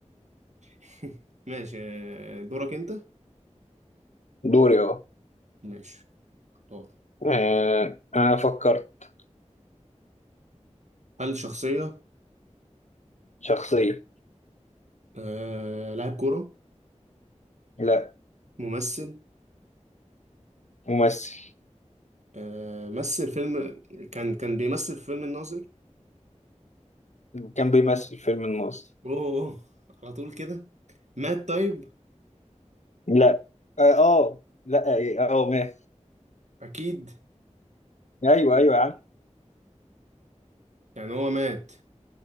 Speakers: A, on the right; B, on the left.
A: <laughs> ماشي آه، دورك انت
B: دوري اه
A: ماشي اختار
B: آه، انا فكرت
A: هل شخصية
B: شخصية
A: آه، لاعب كورة
B: لا
A: ممثل
B: ممثل
A: آه، مثل فيلم كان كان بيمثل في فيلم الناظر
B: كان بيمثل فيلم الناظر
A: اوه أوه، على طول كده مات طيب
B: لا اه آه، لا اه آه، ماشي
A: اكيد
B: ايوه ايوه يا عم
A: يعني هو مات